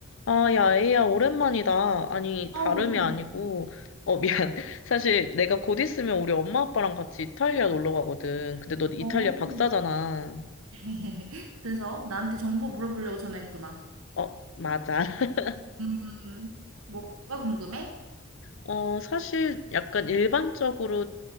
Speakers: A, on the left; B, on the right.
A: 아, 야, 에이야, 오랜만이다. 아니,
B: 아,
A: 다름이
B: 오랜만에.
A: 아니고, 어, 미안. <laughs> 사실 내가 곧 있으면 우리 엄마 아빠랑 같이 이탈리아 놀러 가거든. 근데 너 이탈리아
B: 어.
A: 박사잖아.
B: <laughs> 그래서 나한테 정보 물어보려고 전화했구나.
A: 어, 맞아. <laughs>
B: 음, 뭐가 궁금해?
A: 어, 사실 약간 일반적으로,